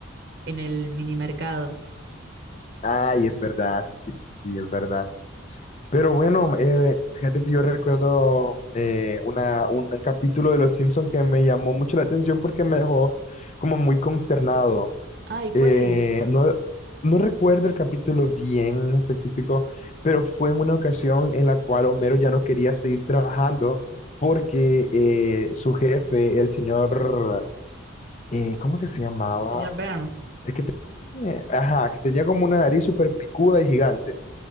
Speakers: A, on the right; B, on the left.
A: en el mini mercado.
B: Ay, es verdad, sí, sí, sí, sí, es verdad. Pero bueno, eh, fíjate que yo recuerdo eh, una, un capítulo de Los Simpson que me llamó mucho la atención porque me dejó como muy consternado.
A: Ay, ¿cuál
B: Eh,
A: es?
B: no, no recuerdo el capítulo bien específico, pero fue en una ocasión en la cual Homero ya no quería seguir trabajando porque eh, su jefe, el señor, eh, ¿cómo que se llamaba?
A: Señor Burns,
B: El que tenía, ajá, que tenía como una nariz súper picuda y gigante.